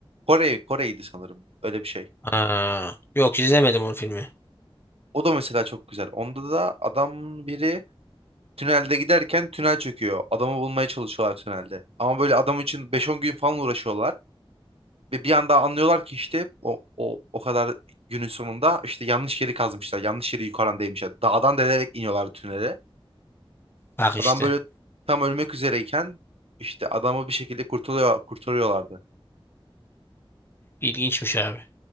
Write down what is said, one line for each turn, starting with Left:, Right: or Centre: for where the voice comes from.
Right: Kore, Kore'ydi sanırım. Öyle bir şey.
Left: Ha. Yok izlemedim onun filmi.
Right: O da mesela çok güzel. Onda da adam biri Tünelde giderken tünel çöküyor. Adamı bulmaya çalışıyorlar tünelde. Ama böyle adam için beş on gün falan uğraşıyorlar. Ve bir anda anlıyorlar ki işte o, o, o kadar günün sonunda işte yanlış yeri kazmışlar. Yanlış yeri yukarıdan değmişler. Dağdan delerek iniyorlardı tünele.
Left: Bak işte.
Right: Adam böyle tam ölmek üzereyken işte adamı bir şekilde kurtarıyor, kurtarıyorlardı.
Left: İlginçmiş abi.